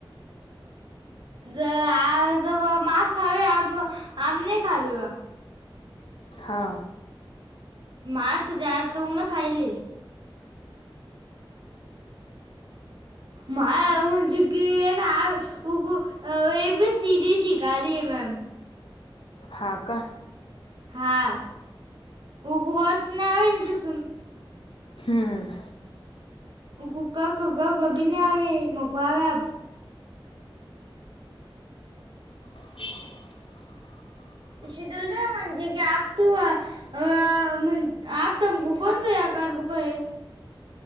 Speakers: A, on the right; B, on the left.
A: ज आज मार खावे आम आम नाही खावे वा.
B: हा
A: मा <unintelligible> तु ना खायीले. मा म्हणजे की <unintelligible> उ ह ए बी सी डी शिकरही हे मॅम
B: हा का?
A: हा उपवास नवे <unintelligible>
B: हम्म
A: मको क ख ग घ भी नही आवे मोको आवे अब
B: <unintelligible>
A: शीतल तई म्हणती की आप तू आ अ म्हण अब थमको कोण तया करबो क हैं